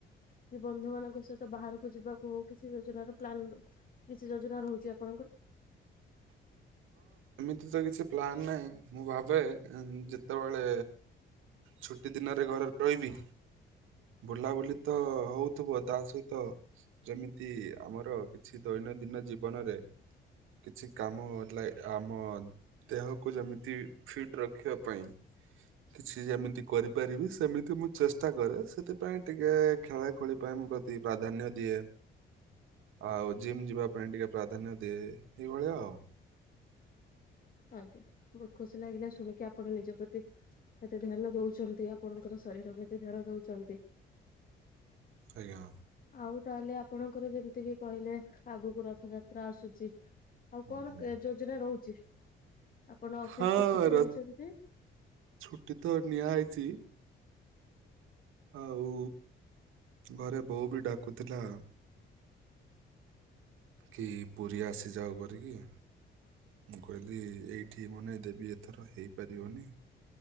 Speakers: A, on the left; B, on the right.
A: କି ବନ୍ଧୁ ମାନଙ୍କ ସହିତ ବାହାରକୁ ଯିବାକୁ ହଉ। କିଛି ଯୋଜନାର ପ୍ଲାନ କିଛି ଯୋଜନା ରହୁଛି ଆପଣଙ୍କର।
B: ଏ ତ କିଛି ପ୍ଲାନ୍ ନାହିଁ ମୁଁ ଭାବେ ଯେତେବେଳେ ଛୁଟି ଦିନରେ ଘରେ ରହିବି। ବୁଲାବୁଲି ତ ହଉଥିବ ତା ସହିତ ଯେମିତି ଆମର କିଛି ଦୈନନ୍ଦିନ ଜୀବନରେ କିଛି କାମ ଲା ଆମ ଦେହକୁ ଯେମିତି ଫିଟ୍ ରଖିବା ପାଇଁ କିଛି ଯେମିତି କରିପାରିବି ସେମିତି ମୁଁ ଚେଷ୍ଟା କରେ ସେଥିପାଇଁ ଟିକେ ଖେଳା ଖୁଳି ପାଇଁ ପ୍ରତି ପ୍ରାଧାନ୍ୟ ଦିଏ। ଆଉ ଜିମ୍ ଯିବା ପାଇଁ ଟିକେ ପ୍ରାଧାନ୍ୟ ଦିଏ ଏଇଭଳିଆ ଆଉ।
A: ଆଜ୍ଞା ବହୁତ ଖୁସି ଲାଗିଲା ଶୁଣିକି ଆପଣ ନିଜ ପ୍ରତି ଏତେ ଧ୍ୟାନ ଦଉଛନ୍ତି ଆପଣଙ୍କର ଶରୀର ଶରୀର ପ୍ରତି ଧ୍ୟାନ ଦଉଛନ୍ତି।
B: ଆଜ୍ଞା।
A: ଆଉ ତାହେଲେ ଆପଣଙ୍କର ଯେମିତି କିି କହିଲେ ଆଗକୁ ରଥ ଯାତ୍ରା ଆସୁଛି। ଆଉ
B: ହୁଁ।
A: କଣ ଯୋଜନା ରହୁଛି? ଆପଣ ଅଫିସ
B: ହଁ
A: ରୁ ଛୁଟି
B: ର-
A: ନେଇଛନ୍ତି?
B: ଛୁଟି ତ ନିଆ ହେଇଛି ଆଉ ଘରେ ବୋଉ ବି ଡାକୁଥିଲା। କି ପୁରୀ ଆସିଯାଉ କରିକି। ମୁଁ କହିଲି ଏଇଠି ମନେ ଦେବି ଏଥର ହେଇପାରିବନି।